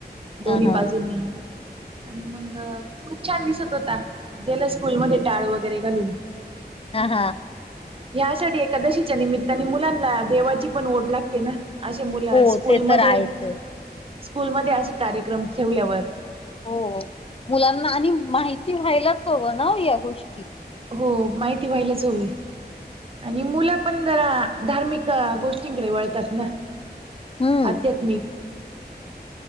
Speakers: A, on the right; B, on the left.
A: दोन्ही
B: हां, हां.
A: बाजूंनी. आणि मग खूप छान दिसत होता. गेलाय स्कूलमध्ये टाळ वगैरे घालून.
B: हा हा.
A: ह्या आषाढी एकादशीच्या निमित्ताने मुलांना देवाची पण ओढ लागते ना. असे मुलं
B: हो,
A: स्कूलमध्ये
B: ते तर आहेच आहे.
A: स्कूलमध्ये असे कार्यक्रम ठेवल्यावर.
B: हो. मुलांना आणि माहिती व्हायलाच हवं ना या गोष्टी.
A: हो माहिती व्हायलाच हवी. आणि मुलं पण जरा धार्मिक गोष्टींकडे वळतात ना.
B: हं.
A: आध्यात्मिक.